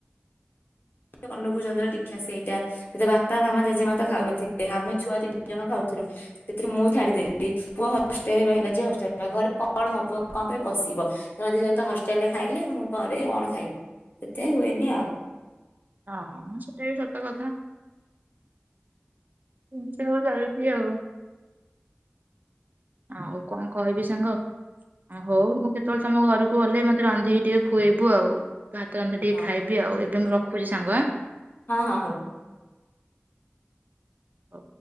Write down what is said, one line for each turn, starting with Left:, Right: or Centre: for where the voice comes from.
Left: ଅନୁକୂଳ ଚନ୍ଦ୍ର ଦୀକ୍ଷା ସେଇଟା ସେତ ବାପା ମାମା ଜେଜେମା ତ ଖାଉନଥିଲେ ଆମେ ଛୁଆ ତିନି ଜଣ ଖାଉଥିଲୁ ସେଥିରୁ ମୁଁ ଛାଡିଦେଲି ପୁଅ ହଷ୍ଟେଲରେ ରହିଲା ଯେ ହଷ୍ଟେ ରହିଲ ଘରେ କଣ ହବ କଣ ପାଇଁ ପଶିବ ସେମାନେ ଦି ଜଣ ତ ହଷ୍ଟେଲରେ ଖାଇଲେ ମୁଁ ଘରେ କଣ ଖାଇବୁ ସେଇଥିପାଇଁ ହୁଏନି ଆଉ।
Right: ହଁ ସେଟା ବି ସତ କଥା। ଏମିତି ସବୁ ଚାଲିଚି ଆଉ ଆଉ କଣ କହିବି ସାଙ୍ଗ ହଉ ମୁଁ କେତେବେଳେ ତମ ଘରକୁ ଗଲେ ମତେ ରାନ୍ଧିକି ଟିକେ ଖୁଏଇବୁ ଆଉ। ତୋ ହାତ ରନ୍ଧା ଟିକେ
Left: ହଁ
Right: ଖାଇବି ଆଉ ଏବେ ମୁଁ ରଖୁ ରଖୁଛି ସାଙ୍ଗ ଆଁ।
Left: ହଁ ହଁ ହଉ।
Right: ହ।